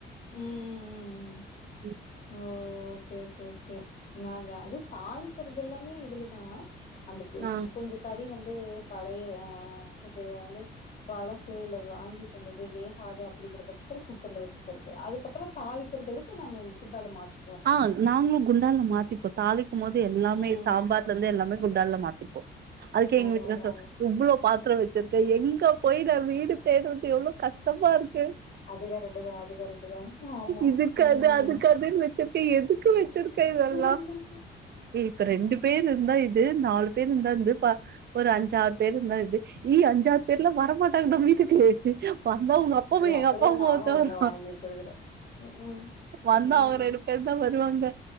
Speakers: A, on the left (about 45°); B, on the right (about 55°).
A: உம் உம்
B: ம்
A: ஓ ஓகே ஓகே ஓகே நாங்க அது தாளிக்கறதெல்லாமே இதுலதா அதுக்கு
B: ஆ
A: கொஞ்ச கறி வந் பழை ஆஹ் கொஞ்ஜோ வந்து பழசு இல வாங்கிட்டு வந்தது வேகாது அப்படிங்கிற பட்சத்து குக்கர்ல வச்சு அதுக்கப்பற தாளிக்கறது எடுத்து நம்ம குண்டால மாத்த
B: ஆஹ் நாங்களு குண்டால மாத்திப்போ தாளிக்கு போது எல்லாமே
A: ம்
B: சாம்பார்ல இருந்து எல்லாமே குண்டால மாத் அதுக்கே எங்க
A: அதா
B: வீட்டுக்கா
A: அதா
B: சொ இவ்ளோ பா த்த வச்சிருக்கே எங்க போய் நா வீடு தேடூர எவ்ளோ கஷ்டமாருக்கு
A: அது கரெக்ட்டு தா அது கரெக்ட்டு தா ஆமா
B: இதுக்க
A: ம்
B: அது அதுக்கதுன்னு வச்சு எதுக்கு வச்சிருக்க இதெல்லா
A: ம்ஹூம்
B: இப்ப ரெண்டு பேர் இருந்தா இ நாலு பேர் இருந்தா இந்து ப ஒரு அஞ்சாறு பேர் இருந்தா இருந்து நீ அஞ்சாறு பேர்ல வரமாட்டாங்க நம் வீட்டுக்கு வந்தா உங்கப்பம்மா
A: இது
B: எங்கப்பம்மாவ
A: அப்டிதா நானு
B: தவற
A: எல்லா வாங்கி வச்சிருக்கிறே ம்ஹூம்
B: வந்தா
A: ம்
B: அவங்க ரெண்டு தா வருவாங்க